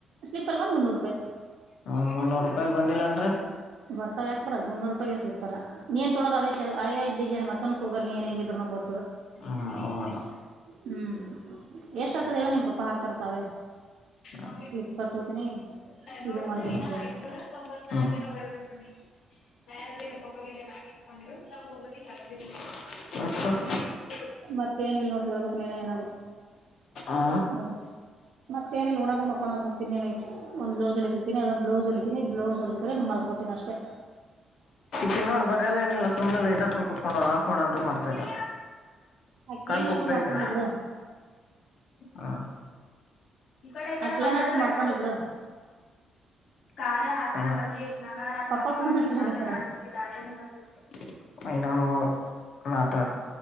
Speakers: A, on the right; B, on the left.
A: ಸ್ಲೀಪರ್ಗನ್ ಮುನ್ನೂರು ರೂಪಾಯಿ
B: ಹ್ಮ ಮುನ್ನೂರ್ ರೂಪಾಯಲ್ ಬಂದಿಲ್ಲ ಅಂದ್ರ
A: ಬರ್ತಾವ ಯಾಕ ಬರಲ್ಲ ಮುನ್ನೂರು ರೂಪಾಯಗೆ ಸ್ಲಿಪ್ತರ್ ನೀನ್ ತೊಳದ ಅವೇ ಅವೇ ಡಿಜೆನ್ ಮತ್ತೊಂದಕೋಗಲ್ ನೀನ್ ಹೆಂಗಿದ್ ನಗೆ ಗೊ
B: ಹ ಹೋಗಲ್ಲಾ
A: ಹ್ಮ್ ಎಷ್ಟ ಆತದ ಹೇಳು ನಿಮ ಪಾಪ ಹಾಕ್ತಾರ ತಾವೇ
B: ಆ
A: ಸ್ಲಿಪ್ಪರ್ ತೋತೀನಿ
B: ನೋಡ
A: ಇದು ಮಾಡ್ತೀನಿ
B: ಇ
A: ಅಂತ ಹೇಳು
B: ಐನೂರ ತೊಂಬತ್ <inaudible> <unintelligible> <unintelligible>
A: ಮತ್ತೇನ ಇಲ್ ನೋಡ ಹೇಳ್ಬೇಕ್ ನೀನ ಏನಾದ್ರು
B: ಆ
A: ಹೌದ ಮತ್ತೇಏನಿಲ್ಲ ಉಣದು ಮಕ್ಕೊಳದ ಮತ್ತ ಇನ್ನೇನ ಒಂದ್ ಬ್ಲೌಸ್ ಹೋಲಿಕತೀನಿ ಅದೊಂದ್ ಬ್ಲೌಸ್ ಹೊಲಿತೀನಿ ಬ್ಲೌಸ್ ಹೊಲದಕ್ರೆ ಮಲ್ಕೋತೀನಿ ಅಷ್ಟೇ
B: ತಿ ನೋಡ್ ಬರಯಲ್ಲ ನಿಲ್ಲ ಸು್ನೆ ಲೈಟ್ಾಕೊಂಡು ಕುತ್ಕೊಂಡೋ್ ಆಫ್ ಮಾಡೋ್ರು ಮಾಡತ ಇಲ್ಲ
A: ಆಕಿ
B: ಕಣ್
A: ಏನಾದ್ರು
B: ಕುಕ್ತಾತೇ
A: ಮಾಡ್ಕೊಂಡ್ಲಿ ಬಿಡು
B: ಹಾ ಈ ಕಡೆ ಈ ಕಡೆ
A: ಆಕಿ
B: ಮಾತಾಡಿದ್ರೆ
A: ಏನಾದ್ರು ಮಾಡ್ಕೊಂಡ್ಲಿ
B: ನೋಡು
A: ಬಿಡು
B: ಕಾರ್ಯ ಆತ್ನ ಬಗ್ಗೆ ನಕಾರಾತ್ಮಕವಾಗಿ
A: ಪಪ್ಪಾ ಫೋನ್ ಹಚ್ಚಲಕತ್ತಾರ
B: ಮಾತನಾಡುತ್ತಿದ್ದಾರೆ ಎಂದು ಗಂದ ನ ಮೂ ನಾಟರ್